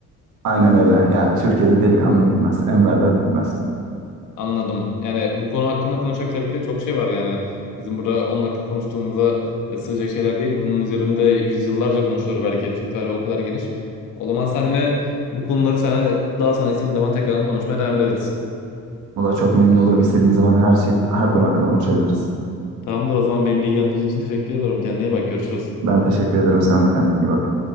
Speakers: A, on the right (about 80°); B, on the left (about 85°).
A: Aynen öyle. Yani Türkiye'de delikanlı bitmez. Enverler bitmez.
B: Anladım. Yani bu konu hakkında konuşacak tabii ki de çok şey var yani. Bizim burada 10 dakika konuştuğumuza e, sığacak şeyler değil. Bunun üzerinde yüzyıllarca konuşulur belki. Türk tarihi o kadar geniş. O zaman senle bu konuları sana daha sonra istediğin zaman tekrardan konuşmaya devam ederiz.
A: Valla çok memnun olurum. İstediğin zaman her şey, her konu hakkında konuşabiliriz.
B: Tamamdır o zaman beni bilgilendirdiğin için teşekkür ederim. Kendine iyi bak görüşürüz.
A: Ben teşekkür ederim. Sen de kendine iyi bak.